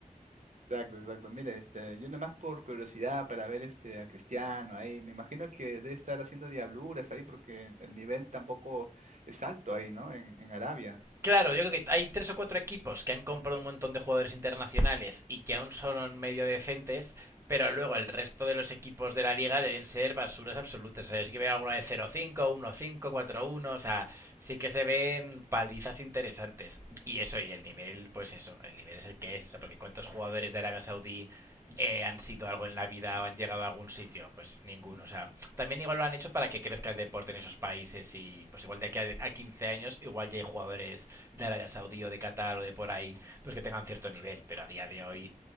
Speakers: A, on the right; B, on the right.
A: Exacto, exacto. Mire, este, yo nomás por curiosidad para ver este, a Cristiano ahí. Me imagino que debe estar haciendo diabluras ahí porque el nivel tampoco es alto ahí, ¿no? En, en Arabia.
B: Claro, yo creo que hay tres o cuatro equipos que han comprado un montón de jugadores internacionales y que aún son medio decentes, pero luego el resto de los equipos de la liga deben ser basuras absolutas. O sea, yo sí que veo alguna de 0-5, 1-5, 4-1, o sea, sí que se ven palizas interesantes. Y eso, y el nivel, pues eso, el nivel es el que es, o sea, porque cuántos jugadores de Arabia Saudí eh, han sido algo en la vida o han llegado a algún sitio, pues ninguno. O sea, también igual lo han hecho para que crezca el deporte en esos países y pues igual de aquí a, a 15 años igual ya hay jugadores de Arabia Saudí o de Qatar o de por ahí, pues que tengan cierto nivel, pero a día de hoy